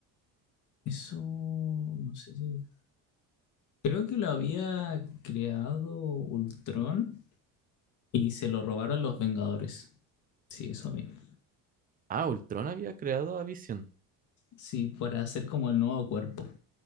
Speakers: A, on the left; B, on the right.
A: eso, no sé si, creo que lo había creado Ultron y se lo robaron los Vengadores. Sí, eso mismo.
B: Ah, Ultron había creado a Visión.
A: Sí, para hacer como el nuevo cuerpo.